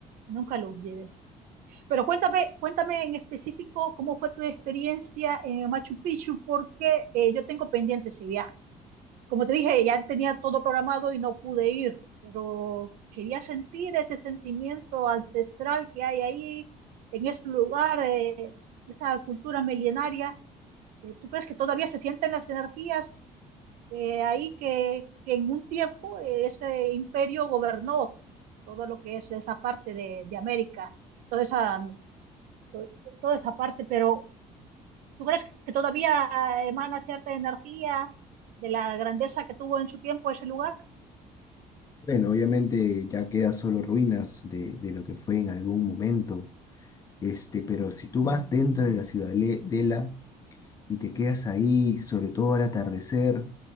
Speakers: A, on the right; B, on the left.
A: nunca lo olvidé. Pero cuéntame, cuéntame en específico cómo fue tu experiencia en Machu Picchu, porque eh, yo tengo pendiente ese viaje. Como te dije, ya tenía todo programado y no pude ir, pero quería sentir ese sentimiento ancestral que hay ahí, en ese lugar, eh, esa cultura milenaria. Eh, ¿Tú crees que todavía se sienten las energías? Eh, ahí que, que en un tiempo eh, ese imperio gobernó todo lo que es esa parte de, de América, toda esa, to- toda esa parte, pero ¿tú crees que todavía emana cierta energía de la grandeza que tuvo en su tiempo ese lugar?
B: Bueno, obviamente ya queda solo ruinas de, de lo que fue en algún momento. Este, pero si tú vas dentro de la ciudadela y te quedas ahí, sobre todo al atardecer,